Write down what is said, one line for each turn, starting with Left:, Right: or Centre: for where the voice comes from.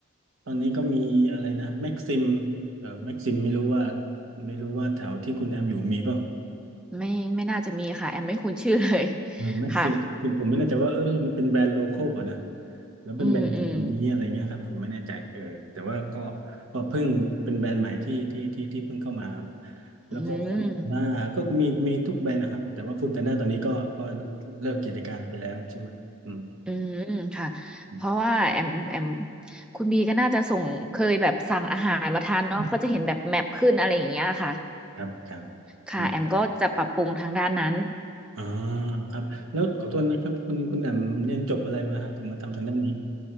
Right: ตอนนี้ก็มีอะไรนะแม็กซิมเอ่อแม็กซิมไม่รู้ว่าไม่รู้ว่าแถวที่คุณแอมอยู่มีเปล่า
Centre: ไม่ไม่น่าจะมีค่ะแอมไม่คุ้นชื่อเลย
Right: เออแม็กซิมผมไม่แน่ใจว่าเออมันเป็นแบรนด์โลคอลป่ะนะ
Centre: ค่ะ
Right: แล้วเป็นแบรนด์นี้อะไรเงี้ยครับผมไม่แน่ใจเออแต่ว่าก็
Centre: อืมอืม
Right: ก็เพิ่งเป็นแบรนด์ใหม่ที่ที่ที่ที่เพิ่งเข้ามาครับแล้วก็ฟู้ดแพนด้าก็มีมีทุกแบรนด์นะครับแต่ว่าฟู้ดแพนด้าตอนนี้ก็ก็
Centre: อืม
Right: เลิกกิจการไปแล้วใช่ไหมอืม
Centre: อืมค่ะเพราะว่าแอมแอม
Right: อื
Centre: คุณบีก็น่าจะส่งเคยแบบสั่งอาหารมาทานเนาะก็จะเห็นแบบแมปขึ้นอะไรอย่างเงี้ยค่ะ
Right: มครับครับ
Centre: ค่ะแอมก็จะปรับปรุงทางด้านนั้น
Right: อืมอ่าครับแล้วขอโทษนะครับคุณคุณแหม่มเรียนจบอะไรมาฮะถึงมาทำทางด้านนี้